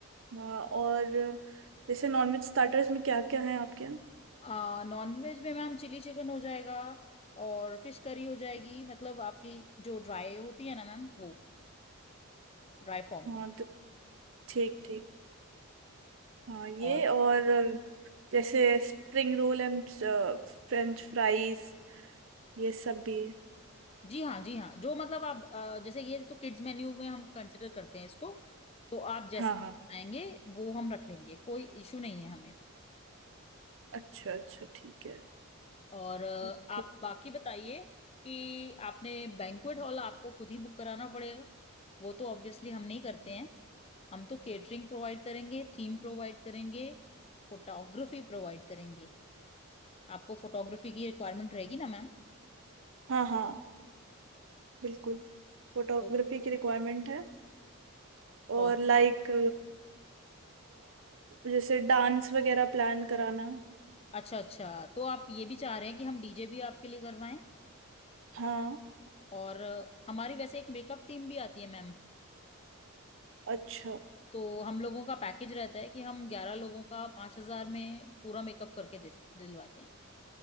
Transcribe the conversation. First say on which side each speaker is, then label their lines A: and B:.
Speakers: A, on the right (about 60°); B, on the left (about 25°).
A: हाँ, और जैसे नॉनवेज स्टार्टर्स में क्या क्या है आपके यहाँ
B: आ, नॉन वेज में मैम चिली चिकन हो जाएगा और फिश करी हो जाएगी मतलब आपकी जो ड्राई होती है ना मैम वो ड्राई फॉर्म
A: हाँ
B: में
A: तो ठीक ठीक हाँ ये
B: और
A: और जैसे spring roll and French fries ये सब भी
B: जी हाँ जी हाँ जो मतलब आप आ, जैसे ये तो किड्स मेन्यू में हम कंसिडर करते हैं इसको तो आप जैसा
A: हाँ हाँ
B: बताएंगे वो हम रख लेंगे कोई इशू नहीं है हमें
A: अच्छा अच्छा ठीक है
B: और अ,
A: ओके
B: आप बाकी बताइए कि आपने बैंक्वेट हॉल आपको खुद ही बुक कराना पड़ेगा वो तो ऑब्वियसली हम नहीं करते हैं हम तो केटरिंग प्रोवाइड करेंगे थीम प्रोवाइड करेंगे फोटोग्राफी प्रोवाइड करेंगे आपको फोटोग्राफी की रिक्वायरमेंट रहेगी ना मैम
A: हाँ हाँ बिल्कुल फोटोग्राफी
B: तो
A: की रिक्वायरमेंट है और
B: और
A: लाइक जैसे डांस वगैरह प्लान कराना
B: अच्छा अच्छा तो आप ये भी चाह रहे हैं कि हम डीजे भी आपके लिए करवाएं
A: हाँ
B: और अ, हमारी वैसे एक मेकअप टीम भी आती है मैम
A: अच्छा
B: तो हम लोगों का पैकेज रहता है कि हम ग्यारह लोगों का पांच हजार में पूरा मेकअप करके दे दिलवाते हैं